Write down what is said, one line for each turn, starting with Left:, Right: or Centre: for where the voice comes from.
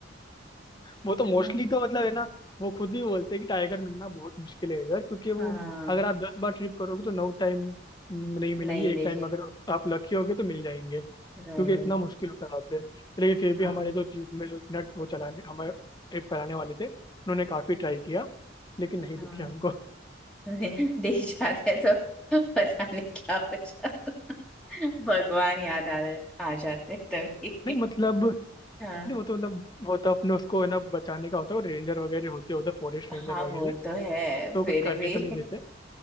Left: वो तो
Centre: हाँ
Left: मोस्टली तो मतलब है ना वो खुद भी बोलते हैं कि टाइगर मिलना बहुत मुश्किल है इधर क्योंकि वो
Centre: हाँ,
Left: अगर आप दस बार ट्रिप करोगे तो नौ टाइम नहीं मिलेंगे
Centre: नहीं
Left: एक
Centre: देखे
Left: टाइम अगर आप लकी होगे तो मिल जाएंगे क्योंकि
Centre: राइट
Left: इतना मुश्किल होता है आपसे लेकिन फिर
Centre: हाँ
Left: भी हमारे जो जीप में जो इतना वो चलाने हमारे ट्रिप कराने वाले थे उन्होंने काफी ट्राई किया लेकिन नहीं
Centre: हाँ
Left: दिखे हमको
Centre: दे- देख जाते हैं तो पता नहीं क्या हो जाता भगवान याद आ रहे आ जाते तभी
Left: नहीं मतलब
Centre: हाँ
Left: नहीं वो तो मतलब वो तो अपने उसको है ना बचाने का होता है वो रेंजर वगैरह होते हैं उधर फॉरेस्ट रेंजर
Centre: हाँ
Left: वगैरह
Centre: वो तो है
Left: तो
Centre: फिर
Left: कुछ करने
Centre: भी
Left: तो नहीं देते